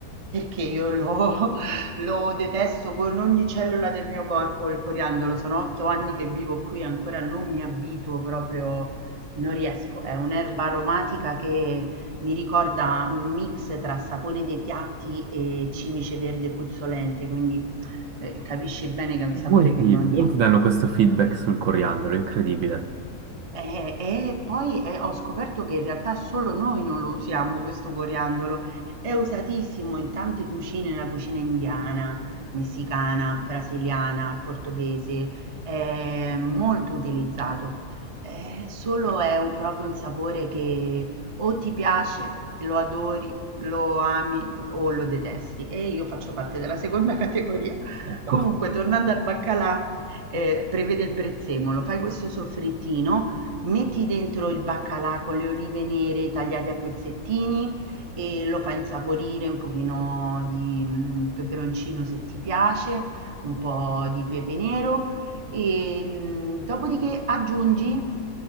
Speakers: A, on the right (about 45°); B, on the right (about 65°).
A: perché io lo <laughs> lo detesto con ogni cellula del mio corpo il coriandolo. Sono 8 anni che vivo qui e ancora non mi abituo proprio, non riesco. È un'erba aromatica che mi ricorda un mix tra sapone dei piatti e cimice verde puzzolente, quindi, ehm, capisci bene che è un sapore
B: molti,
A: che non
B: molti danno questo feedback sul coriandolo, incredibile.
A: e, e poi eh, ho scoperto che in realtà solo noi non lo usiamo questo coriandolo, è usatissimo in tante cucine, nella cucina indiana, messicana, brasiliana, portoghese, è molto utilizzato. Eh, solo è un- proprio un sapore che o ti piace, lo adori, lo ami o lo detesti. E io faccio parte della seconda <laughs> categoria.
B: Ecco.
A: Comunque, tornando al baccalà eh, prevede il prezzemolo, fai questo soffrittino, metti dentro il baccalà con le olive nere tagliate a pezzettini e lo fai insaporire un pochino di mm, peperoncino se ti piace, un po' di pepe nero e mm, dopodiché aggiungi,